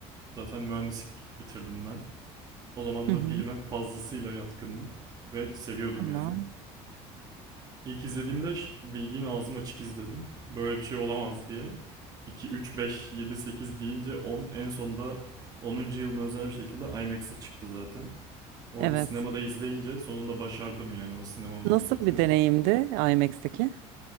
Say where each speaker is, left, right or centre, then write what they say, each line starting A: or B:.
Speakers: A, on the right; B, on the right.
A: zaten mühendislik bitirdim ben. O zaman
B: Hı
A: da
B: hı,
A: bilime fazlasıyla yatkındım ve seviyordum
B: Tamam.
A: yani. İlk izlediğimde ş- bildiğin ağzım açık izledim. Böyle bir şey olamaz diye. 2, 3, 5, 7, 8 deyince 10, en sonunda onuncu yılına özel bir şekilde IMAX'e çıktı zaten. Orada
B: Evet.
A: sinemada izleyince sonunda başardım yani o sinema muhabbetini.
B: Nasıl bir deneyimdi IMAX'teki?